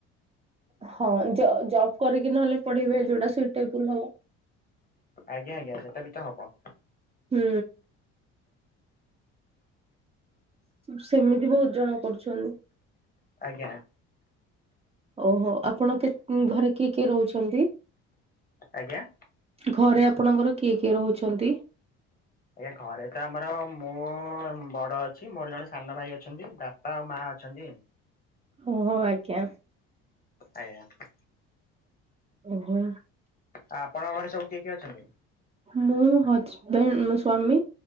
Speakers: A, on the right (about 20°); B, on the left (about 30°).
A: ହଁ ଜ ଜବ୍ କରିକି ନହେଲେ ପଢ଼ିବେ ଯୋଉଟା ସୁଇ ଟେବୁଲ ହବ।
B: ଆଜ୍ଞା ଆଜ୍ଞା ସେଟା ବି ତ ହବ।
A: ହୁଁ। ସେମିତି ବହୁତ ଜଣ କରୁଛନ୍ତି।
B: ଆଜ୍ଞା।
A: ଓହୋ ଆପଣ କେ ଘରେ କିଏ କିଏ ରହୁଛନ୍ତି?
B: ଆଜ୍ଞା
A: ଘରେ ଆପଣଙ୍କର କିଏ କିଏ ରହୁଛନ୍ତି?
B: ଆଜ୍ଞା ଘରେ ତ ଆମର ମୁଁ ବଡ଼ ଅଛି ମୋର ଜଣେ ସାନ ଭାଇ ଅଛନ୍ତି ବାପା ଆଉ ମା ଅଛନ୍ତି।
A: ଓହୋ ଆଜ୍ଞା।
B: ଆଜ୍ଞା।
A: ଓହୋ।
B: ଆଉ ଆପଣଙ୍କ ଘରେ ସବୁ କିଏ କିଏ ଅଛନ୍ତି?
A: ମୁଁ ହଜବେଣ୍ଡ ମୋ ସ୍ଵାମୀ